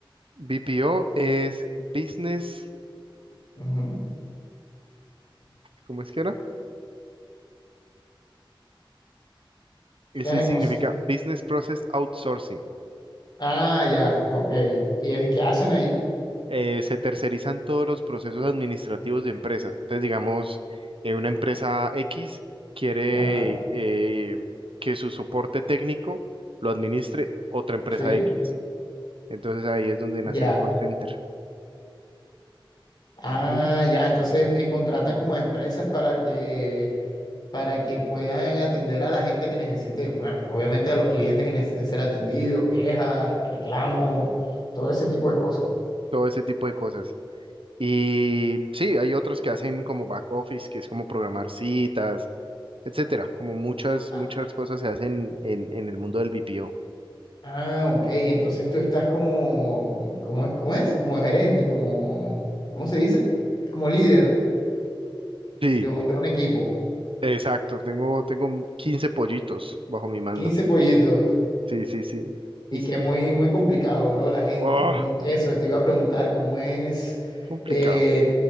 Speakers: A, on the right (about 80°); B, on the left (about 50°).
A: BPO es Business,
B: Ujú.
A: ¿cómo es que era? Eso
B: Eh,
A: significa
B: no sé.
A: Business Process Outsourcing.
B: Ah, ya, ok. ¿Y es- qué hacen ahí?
A: eh, se tercerizan todos los procesos administrativos de empresas. Entonces, digamos, eh, una empresa X quiere
B: Ajá,
A: eh, que su soporte técnico lo administre otra empresa
B: sí,
A: X. Entonces ahí es donde nace
B: ya.
A: el call center.
B: Ah,
A: Ujú.
B: ya, entonces en- contratan como a empresas para que para que puedan atender a la gente que necesite, bueno, obviamente a los clientes que necesiten ser atendidos, quejas, reclamos, todo ese tipo de cosas.
A: Todo ese tipo de cosas. Y sí, hay otros que hacen como back office, que es como programar citas, etcétera. Como muchas,
B: Ah,
A: muchas cosas se hacen en, en el mundo del BPO.
B: ah, ok, entonces tú estás como, como- ¿cómo es? ¿Cómo es? Como gerente, como, ¿cómo se dice? Como líder
A: Sí,
B: de un, de un equipo.
A: exacto. Tengo, tengo 15 pollitos bajo mi mando.
B: quince pollitos.
A: Sí, sí, sí.
B: Y
A: Y s-
B: que es muy, muy complicado, bro, la gente.
A: oh,
B: Como eso, te iba a preguntar, ¿cómo es?
A: complicado.
B: eh,